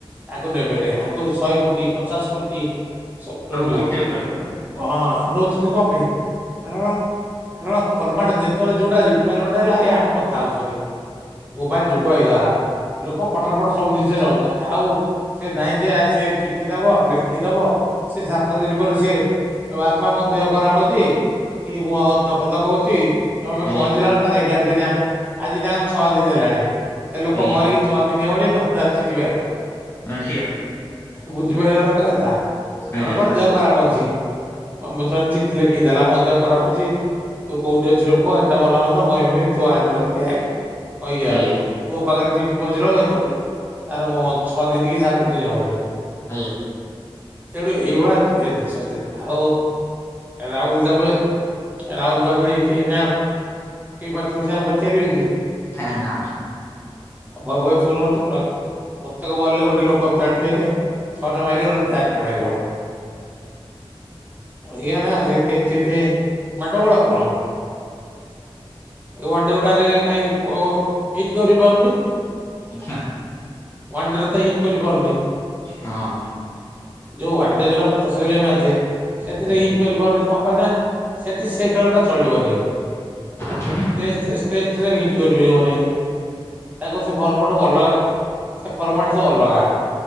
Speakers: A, on the right (about 15°); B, on the left (about 25°).
A: ତାକୁ ନେବେନି ଆଉ ଆଉ ଶହେ କୋଟି ପଚାଶ କୋଟି ସବୁ ଟ୍ବେଣ୍ଟି
B: କୋଟି
A: ନେବେ
B: ଉପରେ କଥା
A: ହଁ ନଉଛନ୍ତି କଣ ପାଇଁ? କାରଣ କାରଣ ଫର୍ମାଟ ଯେତେବେଳେ ଯୋଉଟା ରି ରିକୁଆର୍ମେଣ୍ଟ ହେଲା ହେଇ ଆମେ କଥା ହଉଛନ୍ତି ମୋବାଇଲ ଯୁଗ ହେଇଗଲା ଲୋକ ଫଟା ଫଟ ସବୁ ସବୁ ଜିନିଷ ଚାହୁଛନ୍ତି ଆଉ ସେ ନାଇଁ ଯେ ସେ ଚିଠି ଦବ, ଲେଖିଦବ, ସେ ସାତ ଦିନ ପରେ ସେ ବାପା ମୋ ଦେହ ଖରାପ ଅଛି କି ମୁଁ ଧକ ଧକ ହଉଛି ତମେ
B: ଆଜ୍ଞା
A: ପହଞ୍ଚିଲା ବେଳେ- ତାର ଏଗାର ଦିନ ଆଜି ତାଙ୍କର ଛଅ ଦିନ ହେଲାଣି। ସେ ଲୋକ
B: ଆଜ୍ଞା
A: ମରିକି ଛଅ ଦିନି ହବନି ସେ ହଟାତ୍ ଚିଠି ପାଇବ।
B: ଆଜ୍ଞା
A: ବୁଝିପାରିଲ ନା ମୋ କହିବା କଥା
B: ଆଜ୍ଞା
A: ମନେକର ଦେହ ଖରାପ ଅଛି ଜଣେ ଚିଠି ଲେଖି ଦେଲା ମୋ ଦେହ ଖରାପ ଅଛି ତୁ କୋଉଠି ଅଛିରେ ପୁଅ ଏଟା ଭଲ ମନ୍ଦ ତୁ ଆ ଜଲଦି ଆଇ କହିକି
B: ଆଜ୍ଞା
A: ଆ ପୁଅ ପାଖରେ ଚିଠି ପହଞ୍ଚିଲା ସେତେବେଳକୁ ତାର ମର ଛଅ ଦିନ କି ସାତ ଦିନ ହବଣି।
B: ଆଜ୍ଞା
A: ତେଣୁ ଏଇଭଳିଆ ଏ ଜିନିସ ଆଉ ରାହୁଲ ଦ୍ରାବିଡ ରାହୁଲ ଦ୍ରାବିଡ କି ନା କେହି ପାଞ୍ଚ ପଇସାରେ ପଚାରିବେ କି?
B: ହେ ନା
A: ବୈଭବ ସୂର୍ଯ୍ୟବଂଶୀ ପ୍ରତ୍ୟେକ ବଲରେ ଗୋଟେ ଲୋକ ଜାଣିଥିବ ଯେ ଛଅଟେ ମାରିବ ନହେଲେ ଚାରିଟେ ମାରିବ। କହିବା କଥା ସେଇଥି ପାଇଁ ସେଇଥି ପାଇଁ ମାଡଗୋଲ ଆଉ କଣ? ଏ ୱାନଡେ ଗୁଡାରେ କାହିଁକି ହିଟ୍ କରି ପାରୁନି?
B: ଆଛା।
A: ୱାନ ଡେ ରେ ତ ହିଟ୍ କରିପାରୁନି।
B: ହଁ।
A: ଯୋଉ ୱାନଡେ ଯୋଉାଗୁଡ଼ା ପଚାଶ ଓଭର ମ୍ୟାଚ୍ ସେଥିରେ
B: ଆଜ୍ଞା
A: ହିଟ୍ କରିପାରୁନି କଣ ପାଇଁ ନା ସେଠି ସେ ଖେଳଟା ଚଳିବନି।
B: <inaudible>
A: ଟେଷ୍ଟ ଟେଷ୍ଟରେ ହିଟ୍ କରିପାରିବନି। ତାକୁ ସେ ଫର୍ମାଟକୁ ଅଲଗା ସେ ଫର୍ମାଟ ସବୁ ଅଲଗା।